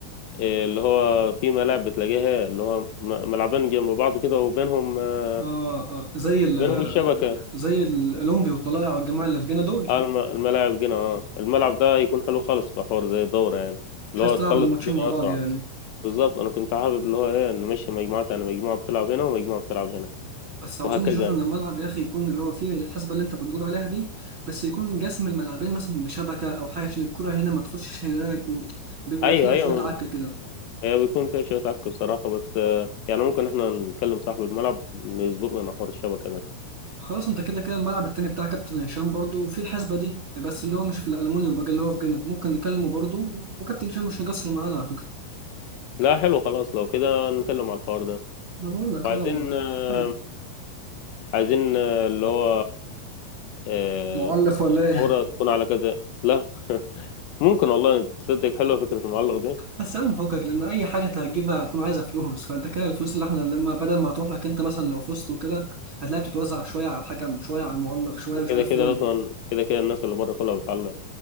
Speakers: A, on the left; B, on the right.
A: آه، اللي هو في ملاعب بتلاقيها اللي هو م- ملعبين جنب بعض كده وبينهم آه،
B: اه اه زي ال
A: بينهم الشبكة
B: زي الاولمبي والطلائع والجماعه اللي في جينا دول
A: على الم- الملاعب جنة اه الملعب ده هيكون حلو خالص في حوار زي الدورة يعني
B: بحيث
A: اللي هو
B: تلعب
A: تخلص
B: الماتشين
A: الدنيا
B: مع بعض
A: أسرع
B: يعني
A: بالظبط أنا كنت حابب اللي هو إيه نمشي مجموعات يعني مجموعة بتلعب هنا ومجموعة بتلعب هنا
B: بس عاوزين
A: وهكذا
B: نشوف
A: يعني
B: ان الملعب يا اخي يكون اللي هو فيه الحسبه اللي انت بتقول عليها دي بس يكون جسم الملعبين مثلا بشبكه او حاجه عشان الكره هنا ما تخشش هناك و- بيبقى
A: أيوه
B: فيها
A: أيوه
B: شويه عك كده
A: هي بيكون فيها شوية عك بصراحة بس آه، يعني ممكن إحنا نكلم صاحب الملعب إنه يظبط لنا حوار الشبكة ده
B: خلاص انت كده كده الملعب التاني بتاع كابتن هشام برضو في الحسبه دي بس اللي هو مش في الالومنيوم بقى اللي هو في جنة ممكن نكلمه برضو وكابتن هشام مش هيقصر معانا على فكره
A: لا حلو خلاص لو كده نتكلم على الحوار ده
B: انا بقول لك
A: وعايزين
B: اه والله
A: آه،
B: حلو.
A: عايزين آه، اللي هو آه،
B: معلق ولا
A: الدورة
B: ايه
A: تكون على كذا لا ممكن والله تصدق حلوة فكرة المعلق دي
B: بس يا عم فكك لان اي حاجه انت هتجيبها هتكون عايزه فلوس فانت كده الفلوس اللي احنا لما بدل ما هتروح لك انت مثلا لو فزت وكده هتلاقيها بتتوزع شويه على الحكم شويه على المعلق شويه مش
A: كده
B: عارف
A: كده
B: فين
A: اصلا كده كده الناس اللي بره كلها بتعلق